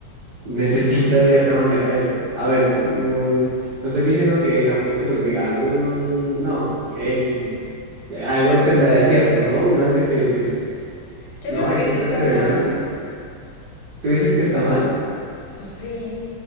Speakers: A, on the right; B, on the left.
A: necesita de cierta manera eso. A ver, no, no estoy diciendo que digamos que los veganos, no, que X, algo tendrá de cierto, ¿no? Una vez de que pues
B: Yo
A: no
B: digo
A: hay
B: que
A: tanta
B: sí están
A: gente vegana,
B: mal.
A: tú dices que está mal.
B: Pues sí.